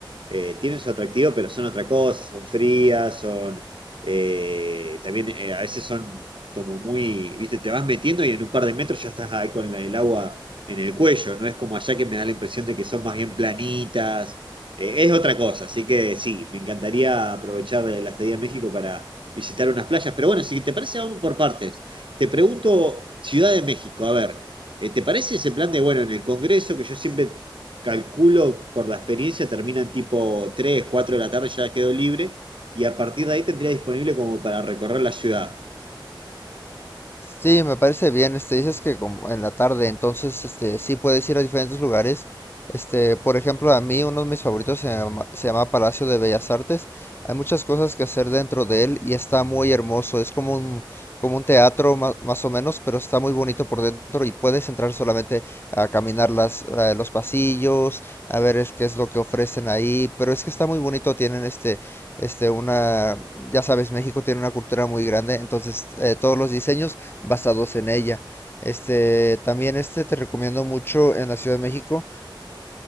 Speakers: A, on the right (about 70°); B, on the left (about 25°).
A: eh, tienen su atractivo, pero son otra cosa, son frías, son, eh, también eh, a veces son como muy, viste, te vas metiendo y en un par de metros ya estás ahí con la- el agua en el cuello, no es como allá que me da la impresión de que son más bien planitas, eh, es otra cosa, así que sí, me encantaría aprovechar eh, la estadía en México para visitar unas playas, pero bueno, si te parece, vamos por partes. Te pregunto, Ciudad de México, a ver, eh, ¿te parece ese plan de, bueno, en el Congreso, que yo siempre calculo por la experiencia, terminan tipo 3, 4 de la tarde, ya quedo libre, y a partir de ahí tendría disponible como para recorrer la ciudad?
B: Sí, me parece bien. Este, dices que como en la tarde, entonces, este, sí puedes ir a diferentes lugares. Este, por ejemplo, a mí uno de mis favoritos se llama, se llama Palacio de Bellas Artes. Hay muchas cosas que hacer dentro de él y está muy hermoso. Es como un, como un teatro ma- más, o menos, pero está muy bonito por dentro y puedes entrar solamente a caminar las, la- los pasillos, a ver es, qué es lo que ofrecen ahí. Pero es que está muy bonito. Tienen este, este, una, ya sabes, México tiene una cultura muy grande, entonces eh, todos los diseños basados en ella. Este, también este te recomiendo mucho en la Ciudad de México.